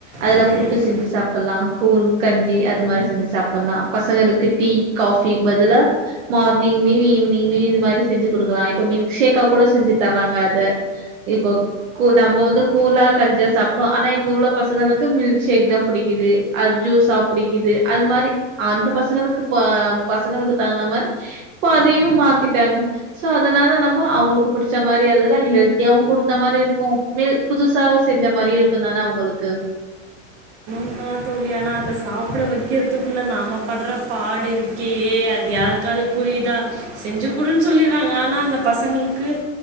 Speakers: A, on the right (about 80°); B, on the right (about 60°).
A: அதுல
B: அப்படின்னு
A: புட்டு செஞ்சு சாப்பலாம் கூழ் கஞ்சி அது மாரி செஞ்சு சாப்பலாம் பசங்களுக்கு டீ காஃபி பதிலா மார்னிங்லயு ஈவினிங்லயு இது மாரி செஞ்சு குடுக்கலா இப்ப மில்க் ஷேக்கா கூட செஞ்சு தறாங்க அத இப்போ நம்ம வந்து கூலா கஞ்சா சாப்பிட்டோ ஆனா இப்ப உள்ள பசங்களுக்கு மில்க் ஷேக் தா புடிக்குது அது ஜூஸா புடிக்குது அது மாரி அந்த பசங்களுக்கு ப பசங்களுக்கு தகுந்த மாரி இப்ப அதையு மாத்திட்டாங்க சோ அதனால நம்ம அவங்களுக்கு பிடிச்ச மாரி அததா ஹெல்த்தியாவு குடுத்த மாரி இருக்கு மில் புதுசா செஞ்ச மாரியும் இருக்கும் தானே அவங்களுக்கு
B: ஆமா தோழி ஆனா அத சாப்பிட வைக்கிறதுக்குள்ள நாம படுற பாடு இருக்கே அது யாருக்காவது புரியுதா செஞ்சுக்குடுன்னு சொல்லிறாங்க ஆனா அந்த பசங்களுக்கு